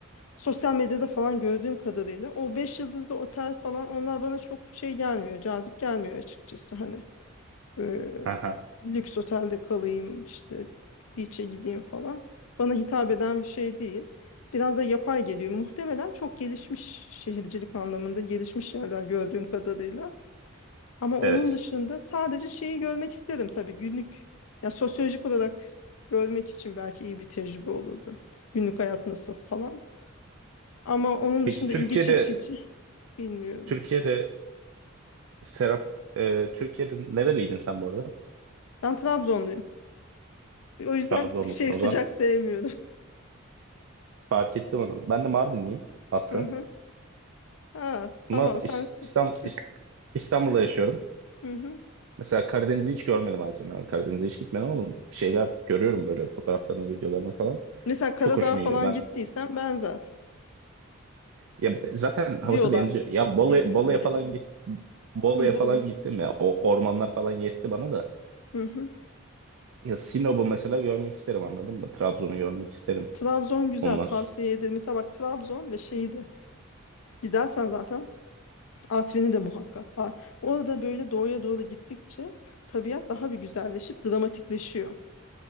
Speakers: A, on the left; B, on the right.
A: sosyal medyada falan gördüğüm kadarıyla o 5 yıldızlı otel falan onlar bana çok şey gelmiyor, cazip gelmiyor açıkçası hani. e,
B: Aha.
A: lüks otelde kalayım işte beach'e gideyim falan. Bana hitap eden bir şey değil. Biraz da yapay geliyor. Muhtemelen çok gelişmiş şehircilik anlamında gelişmiş yerler gördüğüm kadarıyla. Ama onun
B: Evet.
A: dışında sadece şeyi görmek isterim tabii günlük. Ya sosyolojik olarak görmek için belki iyi bir tecrübe olurdu. Günlük hayat nasıl falan. Ama onun
B: Peki
A: dışında
B: Türkiye'de
A: ilgi çekici bilmiyorum.
B: Türkiye'de Serap, e, Türkiye'de nereliydin sen bu arada?
A: Ben Trabzonluyum. O yüzden
B: Trabzonlusun.
A: şey sıcak
B: O zaman
A: sevmiyorum.
B: fark ettim onu. Ben de Mardinliyim aslında.
A: <laughs> Hı hı. Ha, tamam
B: Ama
A: sen
B: İs-
A: sı
B: İstam,
A: sı-
B: İs- İstanbul'da yaşıyorum.
A: hı hı.
B: Mesela Karadeniz'i hiç görmedim hayatımda. Ben Karadeniz'e hiç gitmedim ama bir şeyler görüyorum böyle fotoğraflarını, videolarını falan.
A: Mesela Karadağ
B: Çok hoşuma
A: falan
B: gidiyor. Ben
A: gittiysen benzer
B: ya be- zaten havası
A: diyorlar.
B: benziyor. Ya Bolu,
A: Biliyor
B: Bolu'ya
A: öyle
B: falan
A: diyorum.
B: git Bolu'ya
A: Hı, Bolu.
B: falan gittim ya. O ormanlar falan yetti bana da.
A: Hı hı.
B: Ya Sinop'u mesela görmek isterim anladın mı? Trabzon'u görmek isterim
A: Trabzon güzel
B: ondan
A: tavsiye
B: sonra.
A: ederim. Mesela bak Trabzon ve şeyi de gidersen zaten Artvin'i de muhakkak. A- Orada böyle doğuya doğru gittikçe tabiat daha bir güzelleşip dramatikleşiyor.